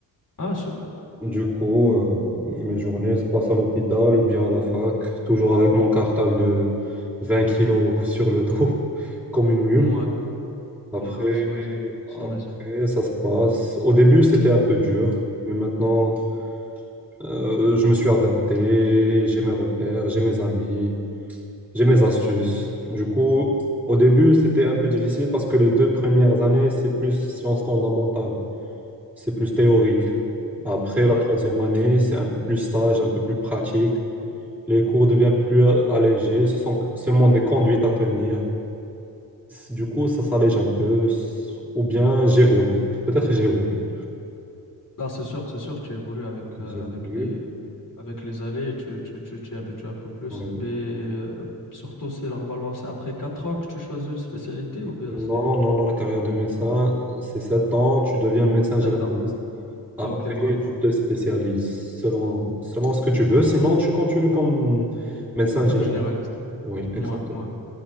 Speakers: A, on the left; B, in the centre.
A: Ah, super.
B: Du coup, euh, mes journées se passent à l'hôpital ou bien à la fac, toujours avec mon cartable de 20 kilos sur le dos, <laughs> comme une mule.
A: Ouais,
B: Après,
A: ouais, ouais, j'imagine, j'imagine.
B: Après, ça se passe. Au début, c'était un peu dur, mais maintenant, euh, je me suis adapté, j'ai mes repères, j'ai mes amis, j'ai mes astuces. Du coup, au début, c'était un peu difficile parce que les deux premières années, c'est plus sciences fondamentales, c'est plus théorique. Après,
A: Ouais.
B: la troisième année, c'est un peu plus stage, un peu plus pratique. Les cours deviennent plus allégés, ce sont seulement des conduites à tenir. Du coup, ça s'allège un peu, ou bien j'évolue. Peut-être j'évolue.
A: Non, c'est sûr, c'est sûr, tu évolues avec,
B: J'ai
A: euh,
B: voulu.
A: avec les, avec les allées et tu, tu, tu t'y habitues un peu plus.
B: Oui.
A: Mais euh, surtout, c'est normalement, c'est après 4 ans que tu choisis une spécialité ou bien
B: Non,
A: c'est
B: non, non, la carrière de médecin, c'est 7 ans, tu deviens médecin généraliste.
A: 7 ans.
B: Après,
A: Ok, voilà.
B: tu te spécialises selon, selon ce que tu veux. Sinon, tu continues comme médecin
A: Comme
B: général.
A: généraliste.
B: Oui,
A: Moi,
B: exactement.
A: moi,